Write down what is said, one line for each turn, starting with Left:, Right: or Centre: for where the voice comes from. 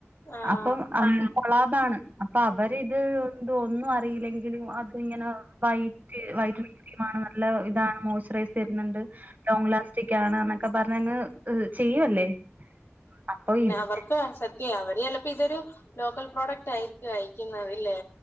Left: ആഹ്
Right: അപ്പം അ കൊള്ളാതാണ് അപ്പ അവരിത് ഒന്നും അറിയില്ലെങ്കിലും അത്ങ്ങനെ വൈറ്റ് വയിറ്റ് നല്ല ഇതാണ് മോയ്സ്ചറൈസ് തരുന്നുണ്ട്. ലോങ്ങ് ലാസ്റ്റിക് ആണ് എന്നൊക്കെ പറഞ്ഞങ്ങ് ത് ചെയ്യുവല്ലേ? അപ്പ വീണ്ടും
Left: <unintelligible> ക്കെ അവര് ചെലപ്പോ ഇതൊരു ലോക്കൽ പ്രോഡക്റ്റ് ആയിരിക്കും അയക്കുന്നത്തത് ല്ലേ?